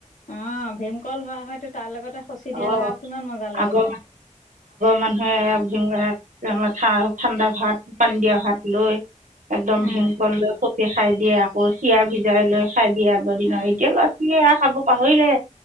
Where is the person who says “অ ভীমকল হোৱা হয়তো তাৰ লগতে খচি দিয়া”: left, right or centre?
Left